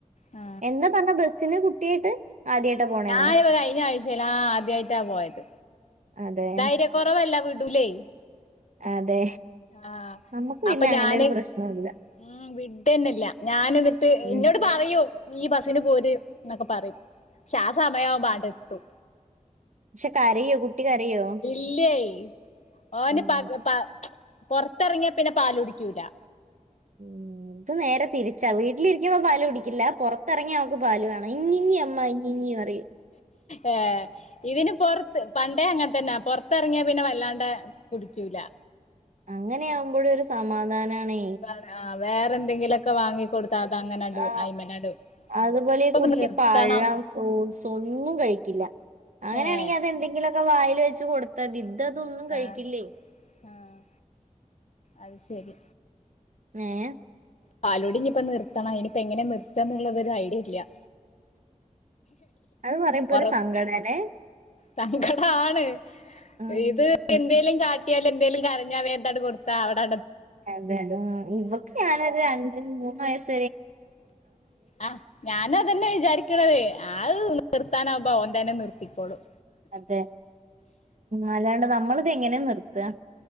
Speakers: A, on the left (about 60°); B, on the right (about 65°).
A: ആ
B: എന്താ പറഞ്ഞ ബസിന് കുട്ടിയായിട്ട് ആദ്യായിട്ടാ പോണേന്നോ
A: ഞാനിപ്പോ കഴിഞ്ഞ ആഴ്ചല്ലാ ആദ്യായിട്ടാ പോയത്
B: അതെ
A: ധൈര്യകൊറവല്ല വിടുല്ലേ
B: അതെ
A: ആ
B: നമുക്ക് പിന്നെ
A: അപ്പൊ
B: അങ്ങനെ
A: ഞാന്
B: ഒരു പ്രശ്നമില്ല
A: ഉം വിഡാനില്ല ഞാന് എന്നിട്ട്
B: ഉം
A: ഇന്നോട് പറയോ നി ബസിന് പോര് എന്നൊക്കെ പറയും ആ സമയം ആടെ എത്തും.
B: പക്ഷെ കരയോ കുട്ടി കരയോ
A: ഇല്ലായി ഓന്
B: ഉം
A: പ പ പോറത്തിറങ്ങിയാ പിന്നെ പാല് കുടിക്കൂലാ
B: ഉം ഇത് നേരെ തിരിച്ചാ വീട്ടിലിരിക്കുമ്പ പാല് കുടിക്കില്ല. പോറത്തിറങ്ങിയ അവക്ക് പാല് വേണം. ഞ്ഞിഞ്ഞി അമ്മ ഞ്ഞിഞ്ഞി പറയും.
A: ഏ ഇതിന് പൊറത്ത് പണ്ടേ അങ്ങനെത്തന്നെ പൊറത്തെറങ്ങിയാ പിന്നെ വല്ലാണ്ട കുടിക്കൂലാ
B: അങ്ങനെയ ആകുമ്പോഴ്‌ ഒരു സമാധാനം ആണെ
A: സുഖാണ് ആഹ് വേറെ എന്തെങ്കിലൊക്കെ വാങ്ങി കൊടുത്താ അതങ്ങനണ്ട്
B: ആ
A: അയ്മലണ്ട്
B: അതുപോലെ
A: ഇപ്പൊക്കെ
B: കുട്ടി
A: നിർത്തണം
B: പഴം ഫ്രൂട്ടസ് ഒന്നും കഴിക്കില്ല അങ്ങനൊണെങ്കി
A: ഏഹ്
B: അതെന്തെങ്കിലും വായില് വെച്ച് കൊടുത്തത് ഇതതൊന്നും കഴിക്കില്ലേ
A: ആഹ് ആഹ് അത് ശരി
B: ഏ
A: പാലോടി ഇനിയിപ്പൊ നിർത്തണം. ഇനിയിപ്പ എങ്ങനെ നിർത്ത എന്നുള്ളത് ഒരു ഐഡിയ ഇല്ല.
B: അത് പറയുമ്പോ
A: ഒറ
B: ഒരു സങ്കട അല്ലെ.
A: സങ്കടാണ്
B: ഉം
A: ഇത് എന്തേലും കാട്ടിയാല് എന്തെലും കരഞ്ഞാ വേ അതാണ്ട്കൊടുത്ത അവിടെ
B: അതെതെ ഇവക്ക് ഞാനൊരു രണ്ട് മൂന്ന് വയസ്
A: ആ ഞാന് അത്തനെ വിചാരിക്കണത് അത് നിർത്താനാ ബ ഓന് തന്നെ നിർത്ത ഇപ്പോളും
B: അതെ അല്ലാണ്ട് നമ്മളിത് എങ്ങനെയ നിർത്തുക